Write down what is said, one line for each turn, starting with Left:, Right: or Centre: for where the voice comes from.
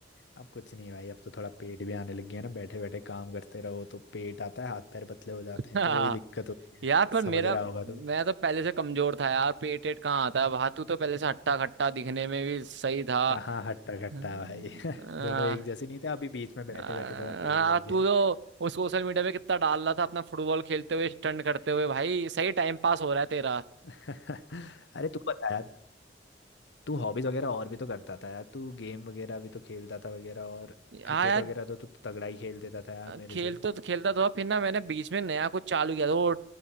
Left: अब कुछ नहीं भाई अब तो थोड़ा पेट भी आने लग गया ना बैठे बैठे काम करते रहो तो पेट आता है हाथ पैर पतले हो जाते
Right: <laughs>
Left: हैं
Right: हाँ
Left: तो वही दिक्कत होती
Right: यार
Left: है
Right: पर
Left: समझ
Right: मेरा
Left: रहा होगा तो
Right: मैं तो पहले से कमजोर था यार पेट एट कहाँ आता है बाहर तू तो पहले से हट्टा खट्टा दिखने में भी सही था
Left: कहाँ हट्टा कट्टा
Right: हम्म,
Left: भाई <laughs>
Right: आ,
Left: दोनों एक जैसे नहीं थे अभी बीच में बैठे
Right: आ,
Left: बैठे थोड़ा पेट बढ़
Right: आ,
Left: गया
Right: तू
Left: है
Right: तो वो सोशल मीडिया पे कितना डाल रहा था अपना फुटबॉल खेलते हुए स्टंट करते हुए भाई सही टाइम पास हो रहा है तेरा
Left: <laughs> अरे तू बता यार तू हॉबीज वगैरह और भी तो करता था यार तू गेम वगैरह भी तो खेलता था वगैरह और
Right: हाँ
Left: क्रिकेट
Right: यार
Left: वगैरह तो तू तगड़ा ही खेल देता था यार
Right: अ,
Left: मेरे
Right: खेल
Left: से
Right: तो खेलता तो था फिर ना मैंने बीच में नया कुछ चालू किया था वो